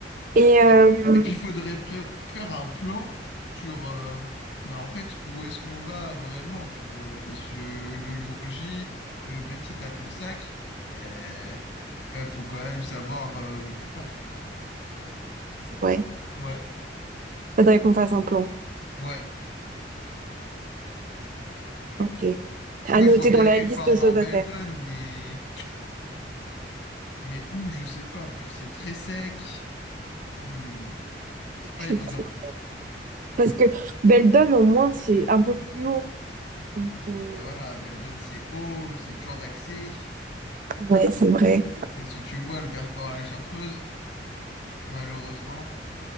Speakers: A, on the right; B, on the left.
A: Et euh,
B: Et, et puis, il faudrait pré- faire un plan sur, euh, mais en fait, où est-ce qu'on va vraiment, tu vois? Parce que le jour J, euh, même si t'as ton sac, euh, bah, faut quand même savoir euh, où tu pars.
A: ouais,
B: Ouais,
A: faudrait qu'on fasse un plan.
B: ouais.
A: Ok. À
B: Moi,
A: noter
B: je vois bien
A: dans la
B: quelque
A: liste
B: part
A: de choses
B: dans Beldon,
A: à faire.
B: mais, mais où, je sais pas. Puis c'est très sec. Hmm, C'est
A: <laughs>
B: pas évident.
A: Parce que Beldon, au moins, c'est un peu plus haut. Donc, euh,
B: Ben voilà, Beldon, c'est haut, c'est dur d'accès.
A: ouais, c'est vrai.
B: Parce que tu vois, le Vercors à la Chartreuse, malheureusement.